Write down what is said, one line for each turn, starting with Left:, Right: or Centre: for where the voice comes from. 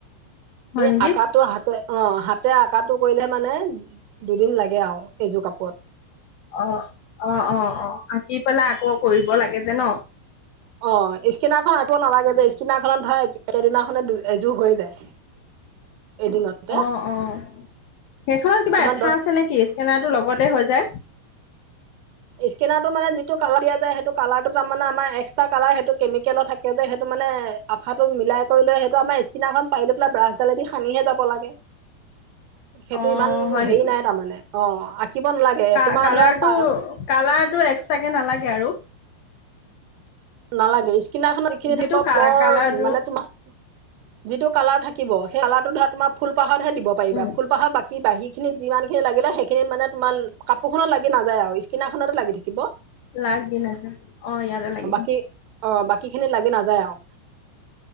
Right: সেই
Left: হয় নেকি
Right: আকাটো হাতে অ হাতে আকাটো কৰিলে মানে, দুদিন লাগে আৰু এইযোৰ কাপোৰত।
Left: অ অ অ অ, আঁকি পেলাই আকৌ কৰিব লাগে যে ন।
Right: অ স্কেনাখন আকিব নালাগে দেই। স্কেনাখনত ধ সেইদিনাখনে এযোৰ হৈ যায়। এদিনতে
Left: অ অ, সেইখনত কিবা
Right: তোমাৰ
Left: এঠা
Right: দহ
Left: আছে নেকি স্কেনাৰটো লগতে হৈ যায়।
Right: স্কেনাৰটো মানে যিটো কালাৰ দিয়া যায়, সেইটো কালাৰটো তাৰা মানে আমাৰ এক্সট্ৰা কালাৰ সেইটো কেমিকেলৰ থাকে যে সেইটো মানে আঠাটো মিলাই কৰি লৈ সেইটো আমাৰ স্কেনাৰখন পাৰি লৈ পেলাই ব্ৰাছডালেদি সানিহে যাব লাগে। সেইটো
Left: অ
Right: ইমান
Left: হয়
Right: হেৰি
Left: নেকি
Right: নাই তাৰমানে, অ আঁকিব নালাগে
Left: কা
Right: তোমাৰ
Left: কালাৰটো
Right: ধৰ প
Left: কালাৰটো এক্সট্ৰাকে নালাগে আৰু।
Right: নালাগে কিনাখনত যিখিনি
Left: যিটো
Right: থাকিব
Left: কা
Right: প্লৰ
Left: কালাৰটো
Right: মানে তোমাৰ, যিটো কালাৰ থাকিব, সেই কালাৰ ধৰা তোমাৰ ফুল পাহতহে দিব পাৰিব,
Left: উম
Right: ফুলপাহৰ বাকী কি বাহী খিনিত যিমান খিনি লাগিলে সেইখিনিত মানে তোমাৰ কাপোৰখনত লাগি নাযায় আৰু স্কিনাৰখনতে লাগি থাকিব।
Left: লাগি ন অ ইয়াতে লাগিছে।
Right: কি, অ বাকী খিনি লাগি নাযায় আৰু